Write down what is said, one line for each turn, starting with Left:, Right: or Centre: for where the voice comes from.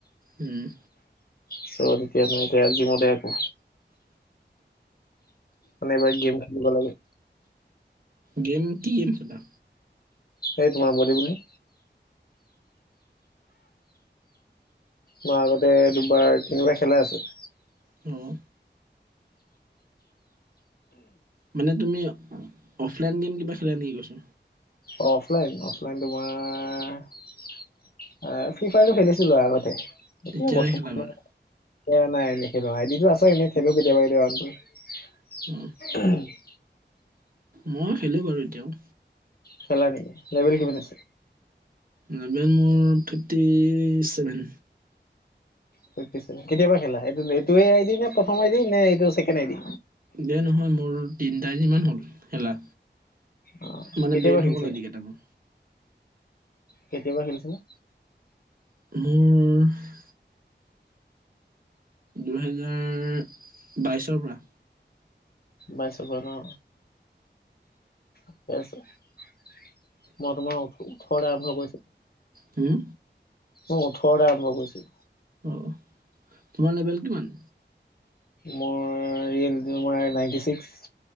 Right: উম
Left: চ এতিয়া, এতিয়া জিমতে আছো। মানে এবাৰ গেম খেলিব লাগে।
Right: গেম কি গেম খেলা?
Left: এ তোমাৰ বডীজনী মই আগতে দুবাৰ তিনিবাৰ খেলা আছে
Right: উম মানে তুমি অফলাইন গেম কিবা খেলা নেকি কৈছো
Left: অঁ অফলাইন অফলাইন তোমাৰ এ ফ্ৰী ফায়াৰটো খেলিছিলো আগতে এটো
Right: এতিয়া
Left: বৰ্তমানলৈ
Right: নেখেলা বাৰু
Left: নাই এনে নেখেলোঁ আইডীটো আছে এনে খেলো কেতিয়াবা কেতিয়াবা
Right: অ
Left: আ <unintelligible>
Right: মই খেলো বাৰু এতিয়াও
Left: খেলা নেকি লাবেল কিমান
Right: উম
Left: আছে
Right: লেভেল মোৰ ফিফটি ছেভেন
Left: ফিফটি চেভেন কেতিয়া পা খেলা এইটো এইটোৱে আইদি নে প্ৰথম আই দি নে এইটো ছেকেণ্ড আই দি
Right: দে নহয় মোৰ তিনটা আই ডি মান হ'ল খেলা
Left: অ
Right: মানে
Left: কেতিয়াবা
Right: বেইন
Left: খেলিছিলা
Right: হৈ গ'ল আই দি কেইটা মোৰ
Left: কেতিয়া পা খেলিছিলা
Right: মোৰ দুহেজাৰ বাইশৰ পৰা
Left: বাইছৰ পা ন ঠিকে আছে মই তোমাৰ ও ওঠৰতে আৰম্ভ কৰিছো
Right: হোম
Left: মোৰ ওঠৰত আৰম্ভ কৰিছো
Right: অ তোমাৰ লেবেল কিমান
Left: মোৰ ৰিল তোমাৰ নাইনটি ছিক্স